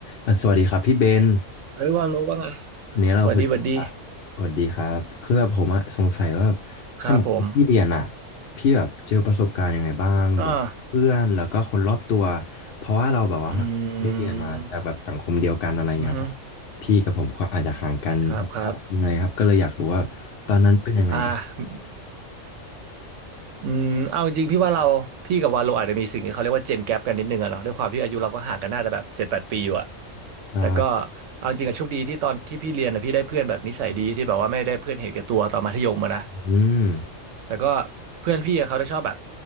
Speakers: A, on the left (about 60°); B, on the right (about 75°).
A: อ่ะสวัสดีครับพี่เบน
B: เอ้ยว่ารู้ว่าไง
A: อันนี้เราคุยกันละ
B: หวัดดีหวัดดี
A: สวัสดีครับคือแบบผมอะสงสัยว่าแบบสมัยที่พี่เรียนอะ
B: ครับผม
A: พี่แบบเจอประสบการณ์ยังไงบ้างแบบเพื่อนแล้วก็คนรอบตัว
B: อ่า
A: เพราะว่าเราแบบว่าได้เรียนมาจากแบบสังคมเดียวกันอะไรเงี้ยครับ
B: อืมอือฮึ
A: พี่กับผมก็อาจจะห่างกัน
B: ครับครับ
A: ยังไงครับก็เลยอยากรู้ว่าตอนนั้นเป็นยังไงบ้าง
B: อ่าอืมเอาจริงๆพี่ว่าเราพี่กับวาโลอาจจะมีสิ่งที่เขาเรียกว่าเจนแก p กันนิดนึงอะเนาะด้วยความที่อายุเราก็ห่างกันน่าจะแบบเจ็ดแปดปีอยู่อะ
A: ใช่
B: แต่ก็เอาจริงอะโชคดีที่ตอนที่พี่เรียนอะพี่ได้เพื่อนแบบนิสัยดีที่แบบว่าไม่ได้เพื่อนเห็นแก่ตัวตอนมัธยมอะนะ
A: อืม
B: แต่ก็เพื่อนพี่อะเขาจะชอบแบบ